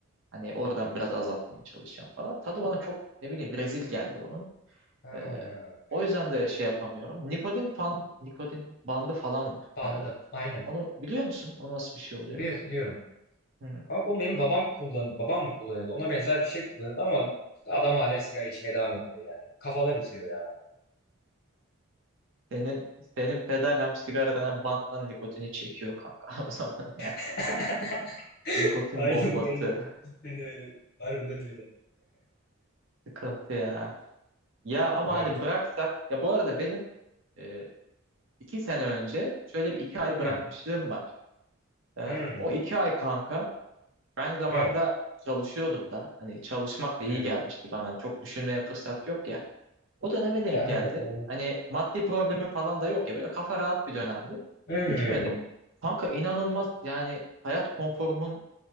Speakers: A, on the right; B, on the left.
A: Hani oradan biraz azaltmaya çalışacağım falan. Tadı bana çok ne bileyim rezil geldi onun.
B: Ha,
A: Ee, o yüzden de şey yapamıyorum. Nikotin fan, nikotin bandı falan var.
B: bandı.
A: Ee,
B: Aynen.
A: onu biliyor musun? O nasıl bir şey oluyor?
B: Evet biliyorum.
A: Hı.
B: Kanka onu benim babam kullan babam mı kullanıyordu? Ona benzer bir şey kullanıyordu ama adam hala sigara içmeye devam ediyor yani. Kafada bitiyor ya.
A: Senin senin peder hem sigaradan hem banttan nikotini çekiyor kanka. <laughs> O zaman yani
B: <laughs>
A: nikotin
B: Aynen
A: bombası.
B: öyle. Cidden öyle. Harbiden öyle.
A: <laughs> Sıkıntı ya. Ya ama
B: Evet.
A: hani bıraksak ya bu arada benim e, iki sene önce şöyle bir iki ay bırakmışlığım
B: Hmm.
A: var. E,
B: Hmm.
A: o iki ay kanka aynı zamanda
B: Evet.
A: çalışıyordum da hani çalışmak da iyi
B: Hmm.
A: gelmişti bana. Hani çok düşünmeye fırsat yok ya. O döneme denk
B: E, Aynen
A: geldi.
B: doğru.
A: Hani maddi problemi falan da yok ya böyle kafa rahat bir dönemdi.
B: Hmm.
A: İçmedim. Kanka inanılmaz yani hayat konforumun